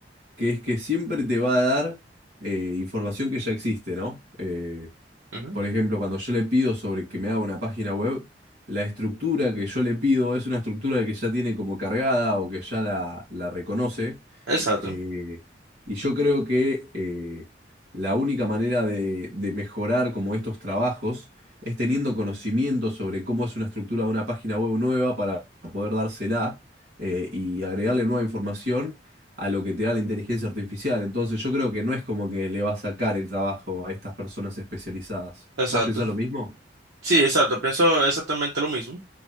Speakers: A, on the right; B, on the right.
A: que es que siempre te va a dar eh, información que ya existe, ¿no? Eh,
B: Ujú,
A: por ejemplo, cuando yo le pido sobre que me haga una página web, la estructura que yo le pido es una estructura que ya tiene como cargada o que ya la, la reconoce
B: Exacto,
A: eh, y yo creo que eh, la única manera de, de mejorar como estos trabajos es teniendo conocimiento sobre cómo es una estructura de una página web nueva para poder dársela eh, y agregarle nueva información a lo que te da la inteligencia artificial. Entonces yo creo que no es como que le va a sacar el trabajo a estas personas especializadas.
B: exacto.
A: ¿Vos pensás lo mismo?
B: Sí, exacto, pienso exactamente lo mismo.